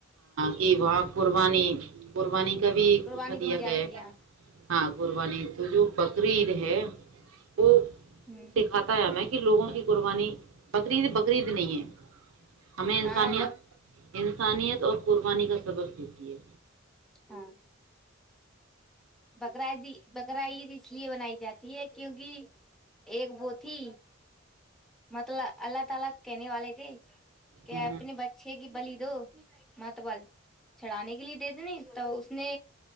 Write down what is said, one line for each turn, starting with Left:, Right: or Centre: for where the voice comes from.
Right: کہ و قوربانی قوربانی ک بھیھی
Centre: قربانی
Right: اس میں دیا
Centre: دی جاتی
Right: گیا
Centre: ہے
Right: ہاں قربانی تو جو بقرعید ہے وہ
Centre: ہ
Right: سکھاتا ہے میں لوگوں کی قربانی بقریید بقرعید نہیں ہے ہمیں انسانیت
Centre: ہاں ب
Right: انسانیت اور قربانی کا سبق دیتی ہے
Centre: ہاں بکرائے دی بکرا عید اس لیے بنائی جاتی ہے کیونکہ ایک وہ تھی مطلب اللہ تعالی کہنے والے تھے کہ
Right: ہوں
Centre: اپنی بچے کی بلی دو م تو ب چڑانے کے لیے دے دین تو اس نے